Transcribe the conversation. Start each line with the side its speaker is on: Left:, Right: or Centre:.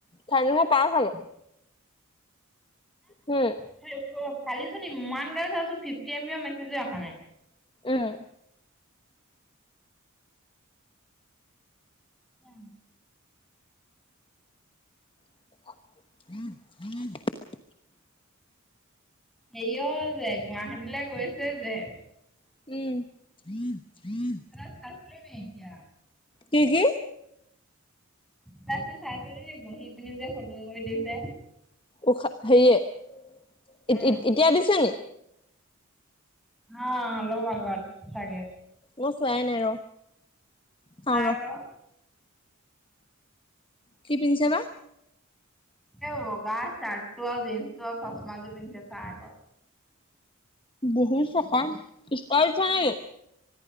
Left: চাৰে তিনিশ পাওঁ চাগে। হু।
Centre: <unintelligible> খালি চোন ইমান গাল চাইছো ফিফটি এম বিৰ মেছেজো অহা নাই।
Left: উম।
Centre: উ।
Left: <inaudible>
Centre: হেয় যে গুৱাহাটীলৈ গৈছে যে-
Left: উমঁ।
Centre: মোবাইল চাইছিলি নি এতিয়া।
Left: কি কি।
Centre: টো চাইছিলি ন বহি পিনি যে ফটো কৰি দিছে।
Left: ওখা হেৰিয়ে
Centre: অ
Left: এতিয়া দিছে নি।
Centre: অঁ অলপ আগত চাগে।
Left: ম চোৱাই নাই ৰ। চাওঁ
Centre: চা
Left: ৰ
Centre: ক আৰু।
Left: কি পিন্ধিছে বা।
Centre: এই বগা চাৰ্ট টো আৰু জিন্স টো চচ্মা য পিন্ধে চাহ ক।
Left: এনেও তেৰাং ইষ্টাল চাহি।